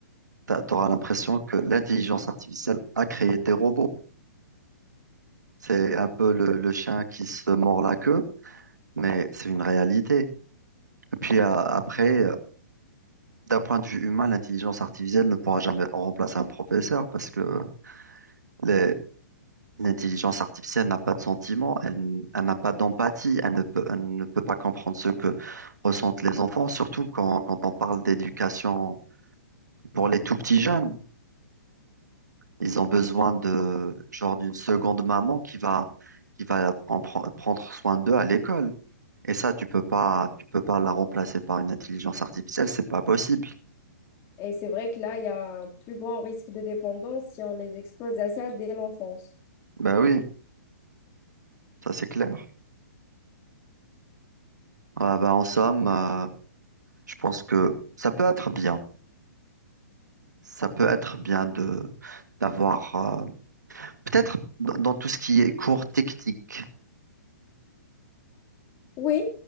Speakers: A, on the right; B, on the left.
A: tu auras l'impression que l'intelligence artificielle a créé des robots. C'est un peu le, le chien qui se mord la queue, mais c'est une réalité. Et puis euh, après, euh, d'un point de vue humain, l'intelligence artificielle ne pourra jamais remplacer un professeur parce que les- l'intelligence artificielle n'a pas de sentiments, elle, n- elle n'a pas d'empathie, elle ne peut, elle ne peut pas comprendre ce que ressentent les enfants, surtout quand, quand on parle d'éducation pour les tout petits jeunes. Ils ont besoin de genre d'une seconde maman qui va qui va en pre- prendre soin d'eux à l'école. Et ça, tu peux pas tu peux pas la remplacer par une intelligence artificielle, c'est pas possible.
B: Et c'est vrai que là, il y a un plus grand risque de dépendance si on les expose à ça dès l'enfance.
A: Bah oui, ça c'est clair. Ah bah en somme, euh, je pense que ça peut être bien. Ça peut être bien de d'avoir euh, peut-être dans, dans tout ce qui est cours technique.
B: Oui,